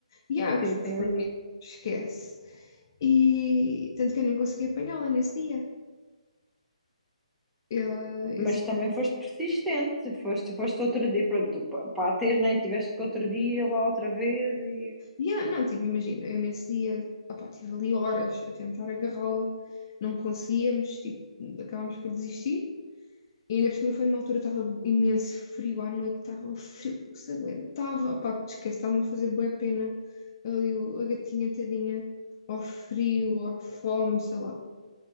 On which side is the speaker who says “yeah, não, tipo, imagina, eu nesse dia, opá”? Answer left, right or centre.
Left